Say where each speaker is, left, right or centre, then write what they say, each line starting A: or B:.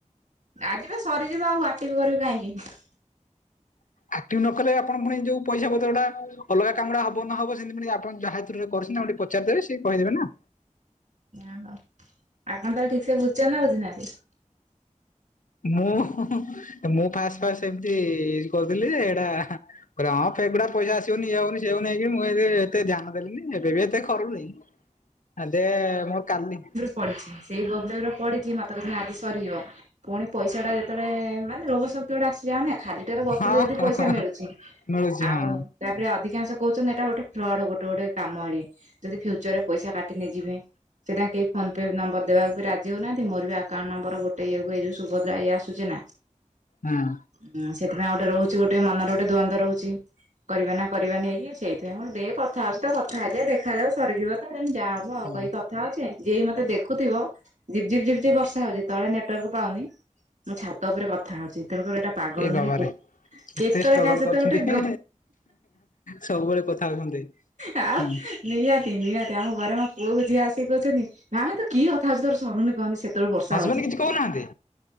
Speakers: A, on the right; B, on the left.
A: ଆଜି ତ ସରିଯିବ ଆଉ ଆକ୍ଟିଭ୍ କରିବି କାହିଁକି।
B: ଆକ୍ଟିଭ୍ ନ କଲେ ଆପଣ ପୁଣି ଯୋଉ ପଇସା ପତ୍ର ଟା ଅଲଗା କାମ ଟା ହବ ନ ହବ ସେମିତି ପୁଣି ଆପଣ ଯାହା ଥ୍ରୁ ରେ କରିଚନ୍ତି ତାଙ୍କୁ ଟିକେ ପ ପଚାରିଦେବେ ସେ କହିଦେବେ ନା।
A: ଓହୋ। ଆପଣ ତାହଲେ ଠିକ୍ ସେ ବୁଝିଛନ୍ତି ନା ବୁଝିନାହାନ୍ତି?
B: ମୁଁ ମୁଁ ଫାଷ୍ଟ ଫାଷ୍ଟ ସେମତି କରୁଥିଲି ଯେ ଏଇଟା କହିଲି ହଁ ସେଗୁଡା ପଇସା ଆସିବନି ଇଏ ହବନି ସିଏ ହବନି ହେଇକି ମୁଁ ଏ ଏତେ ଧ୍ୟାନ ଦେଲିିନି ଏବେ ବି ଏତେ କରୁନି। ଆ ଦେ ମୋର କାଲି
A: ପଡିଚି ସେଇ ପ୍ରୋବ୍ଲେମ ରେ ପଡିଚି। ମତେ କହୁସନ୍ତି ଆଜି ସରିଯିବ। ପୁଣି ପଇସା ଟା ଯେତେବେଳେ ମାନେ ଲୋଭ ଶକ୍ତି ଗୋଟେ ଆସିଯାଉ ନା ଖାଲି ଟାରେ ଗପିଲେ
B: ହଁ
A: ଯଦି
B: ହଁ
A: ପଇସା
B: ହଁ
A: ମିଳୁଚି।
B: ମିଳୁଛି
A: ଆଉ
B: ହଁ
A: ତାପରେ ଅଧିକାଂଶ କହୁଛନ୍ତି ଏଇଟା ଗୋଟେ ଫ୍ରଡ ଗୋଟେ ଗୋଟେ କାମ ଡେ ଯଦି ଫ୍ୟୁଚର ରେ ପଇସା କା ଟି ନେଇଯିବେ। ସେଇଟା କେହି ଫୋନ୍ ପେ ନମ୍ବର ଦେବାକୁ ବି ରାଜ ହଉନାହାନ୍ତି। ମୋର ବି ଆକାଉଣ୍ଟ ନମ୍ବର ଗୋଟେ ଇଏକୁ ଏ ଯୋଉ ସୁଭଦ୍ରା ଇଏ ଆସୁଚି ନା।
B: ହୁଁ।
A: ହୁଁ। ସେଥିପାଇଁ ଗୋଟେ ରହୁଚି ଗୋଟେ ମନରେ ଗୋଟେ ଦ୍ୱନ୍ଦ ରହୁଚି। କରିବା ନା କରିବା ନେଇକି ସେଇଥିପାଇଁ। ମୁଁ କହିଲି ଦେ କଥା ହଉଚି ତ କଥା ହେଇଯାଏ ଦେଖାଯାଉ ସରିଯିବ ତ ତେଣୁ ଯାହା ହବ ଆଉ
B: ହଁ।
A: କହି କ କଥା ହଉଚେ ଯିଏ ବି ମତେ ଦେଖୁଥିବ ଝିପ୍ ଝିପ୍ ବର୍ଷା ହଉଚି ତଳେ ନେଟୱାର୍କ ପାଉନି ମୁଁ ଛାତ ଉପରେ କଥା ହଉଚି। ତେଣୁକରି ଏଟା ପାଗଳ।
B: ଏ
A: <unintelligible>
B: ବାବାରେ ଏତେ ଷ୍ଟ୍ରଗଲ
A: କାହା ସହିତ
B: କରୁଛନ୍ତି।
A: ଗୋଟେ ଗ
B: ସବୁବେଳେ କଥା ହଉଛନ୍ତି।
A: ଆଉ।
B: ହୁଁ
A: ନିହାତି ନିହାତି। ଆମ ଘରେ ମୋ ପୁଅକୁ ଝିଅ ଆସି କହୁଛନ୍ତି ମାମା ତୁ କି କଥା ହଉଚୁ ତୋର ଶରୁନି କହନି। ସେ ସେତେବେଳୁ ବର୍ଷା
B: ହଜବେଣ୍ଡ
A: ହଉଚି।
B: କିଛି କହୁନାହାନ୍ତି